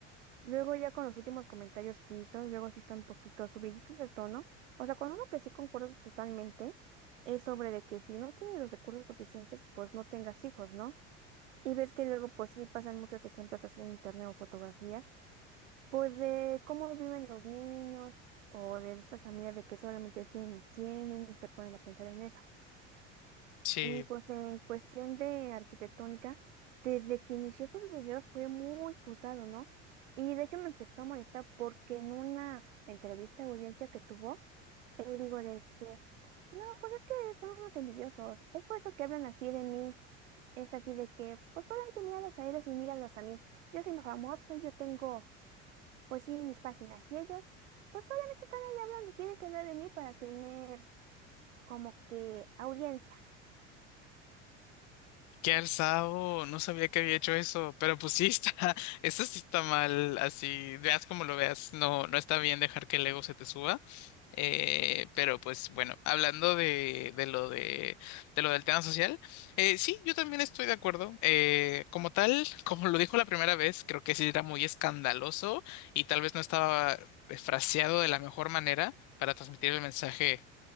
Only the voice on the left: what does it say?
Sí,
Qué alzado, no sabía que había hecho eso, pero pues sí está, <laughs> eso sí está mal, así, veas como lo veas, no, no está bien dejar que el ego se te suba, eh, pero pues bueno, hablando de, de lo de, de lo del tema social, eh, sí, yo también estoy de acuerdo, eh, como tal, <laughs> como lo dijo la primera vez, creo que sí era muy escandaloso y tal vez no estaba eh, fraseado de la mejor manera para transmitir el mensaje